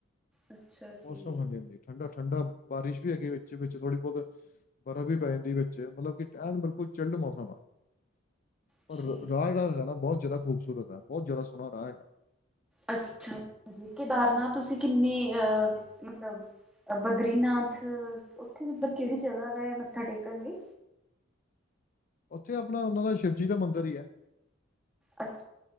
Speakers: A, in the centre; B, on the left.
A: ਅੱਛਾ ਜੀ
B: ਮੌਸਮ ਹਾਂਜੀ ਹਾਂਜੀ ਠੰਡਾ ਠੰਡਾ ਬਾਰਿਸ਼ ਵੀ ਹੈਗੀ ਵੇ। ਵਿੱਚ-ਵਿੱਚ ਥੋੜੀ ਬਹੁਤ ਬਰਫ਼ ਵੀ ਪੈ ਜਾਂਦੀ ਵਿੱਚ ਮਤਲਬ ਕਿ ਐਨ ਬਿਲਕੁਲ ਚਿਲਡ ਮੌਸਮ ਆ। ਪਰ
A: ਠੀਕ
B: ਰਾਹ ਜਿਹਣਾ ਹੈਗਾ ਨਾ ਬਹੁਤ ਜ਼ਿਆਦਾ ਖੂਬਸੂਰਤ ਹੈ। ਬਹੁਤ ਜਿਆਦਾ ਸੋਹਣਾ ਰਾਹ ਹੈਗਾ।
A: ਅੱਛਾ ਜੀ ਕੇਦਾਰਨਾਥ ਤੁਸੀਂ ਕਿੰਨੀ ਅ-ਅ ਮਤਲਬ ਬਦਰੀਨਾਥ ਉੱਥੇ ਮਤਲਬ ਕਿਹੜੀ ਜਗ੍ਹਾ ਵ ਮੱਥਾ ਟੇਕਣ ਲਈ।
B: ਉੱਥੇ ਆਪਣਾ ਉਹਨਾਂ ਦਾ ਸ਼ਿਵਜੀ ਦਾ ਮੰਦਿਰ ਹੀ ਹੈ।
A: ਅੱਛ।